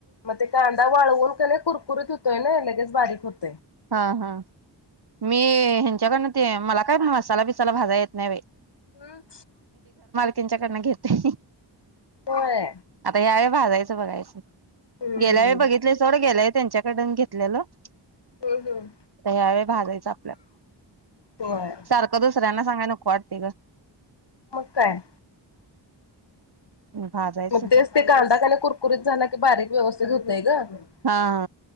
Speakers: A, on the left; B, on the right.
A: मग ते कांदा वाळवून का नाही कुरकुरीत होतोय ना लगेच बारीक होत
B: हा हा मी ह्यांच्याकडन ते मला काय मसाला बिसाला भाजाय येत नाही बाई
A: हम्म.
B: त्यांच्याकडन घेते
A: होय.
B: आता यावेळी भाजायचं बघायचं
A: हम्म
B: गेल्या वेळे बघितलेय सोड गेलंय त्यांच्याकडून घेतलेलं आता
A: हम्म हम्म
B: ह्या वेळे भाजायचं आपल्या
A: होय
B: सारखं दुसऱ्यांना सांगाया नको वाटते ग
A: मग काय
B: भाजायचं
A: मध्येच ते कांदा का नी कुरकुरीत झाला की बारीक व्यवस्थी धुते ग मग
B: हा हा